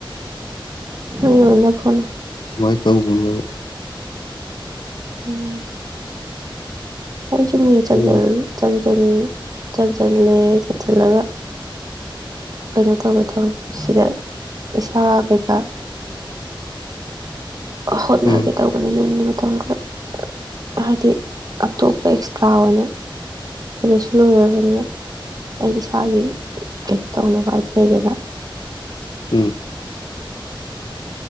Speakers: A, on the right; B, on the left.
A: ꯃꯤ ꯑꯣꯏꯅꯕ ꯍꯣꯠꯅꯧ
B: ꯗꯨꯃꯥꯏꯟ ꯇꯧꯒꯅꯣꯅ
A: ꯎꯝ ꯑꯩꯁꯨ ꯃꯤꯡ ꯆꯟꯖꯜ
B: ꯎꯝ
A: ꯆꯟꯖꯜ ꯆꯟꯖꯜꯂꯦ ꯆꯟꯁꯤꯜꯂꯒ ꯀꯩꯅꯣ ꯇꯧꯕꯒ ꯊꯧꯕꯅꯤ ꯁꯤꯗ ꯄꯩꯁꯥ ꯀꯩꯀꯥ ꯑ ꯍꯣꯠꯅꯒꯦ
B: ꯎꯝ
A: ꯇꯧ ꯌꯨꯝꯗ ꯃꯇꯝ ꯈꯔ ꯍꯥꯏꯗꯤ ꯑꯇꯣꯞꯄ ꯑꯦꯛꯁꯇ꯭ꯔꯥ ꯑꯣꯏꯅ ꯀꯣꯂꯦꯖꯁꯨ ꯂꯣꯏꯔꯕꯅꯤꯅ ꯑꯩ ꯏꯁꯥꯒꯤ ꯀꯩꯅꯣ ꯇꯧꯅꯕ ꯍꯥꯏ ꯂꯩꯗꯅ
B: ꯎꯝ